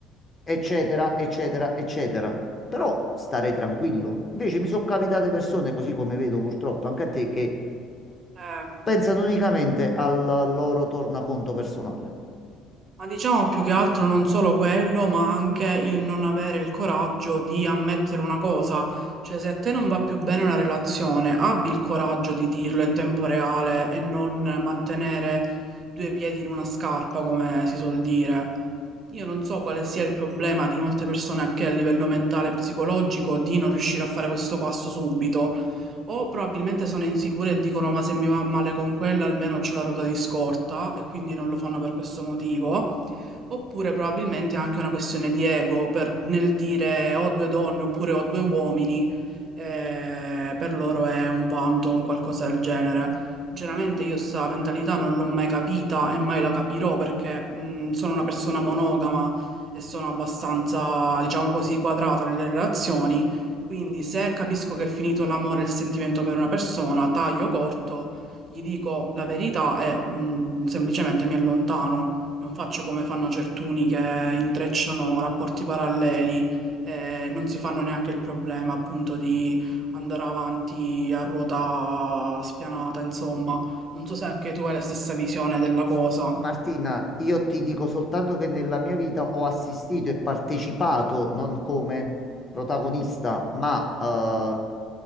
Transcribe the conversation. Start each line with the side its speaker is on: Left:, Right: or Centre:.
Left: eccetera, eccetera, eccetera. Però stare tranquillo. Invece mi sono capitate persone, così come vedo purtroppo anche a te, che
Right: Eh,
Left: pensano unicamente al loro tornaconto personale.
Right: ma diciamo più che altro non solo quello, ma anche il non avere il coraggio di ammettere una cosa. Cioè, se a te non va più bene una relazione, abbi il coraggio di dirlo in tempo reale e non mantenere due piedi in una scarpa, come si suol dire. Io non so quale sia il problema di molte persone anche a livello mentale e psicologico di non riuscire a fare questo passo subito, o probabilmente sono insicure e dicono ma se mi va male con quella almeno ho la ruota di scorta e quindi non lo fanno per questo motivo, oppure probabilmente è anche una questione di ego per- nel dire ho due donne oppure ho due uomini, eh, per loro è un vanto o un qualcosa del genere. Sinceramente io sta mentalità non l'ho mai capita e mai la capirò perché mh, sono una persona monogama e sono abbastanza, diciamo così, quadrata nelle relazioni. Quindi se capisco che è finito l'amore e il sentimento per una persona, taglio corto, gli dico la verità e mh, semplicemente mi allontano. Non faccio come fanno certuni che intrecciano rapporti paralleli e non si fanno neanche il problema appunto di andare avanti a ruota spianata, insomma. Non so se anche tu hai la stessa visione della cosa.
Left: Martina, io ti dico soltanto che nella mia vita ho assistito e partecipato, non come protagonista, ma eh,